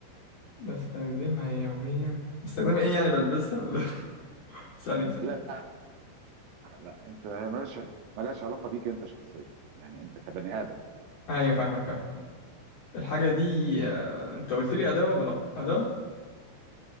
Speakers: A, on the left; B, on the right.
A: بستخدمها يوميا بستخدمها إيه يعني بلبسها ولا <laughs> ثانية ثانية
B: لا لا انت مالهاش مالهاش علاقه بيك انت شخصيا يعني انت كبني ادم
A: أيوة فاهمك فاهمك الحاجة دي آه، أنت قلت لي أداة ولا لأ أداة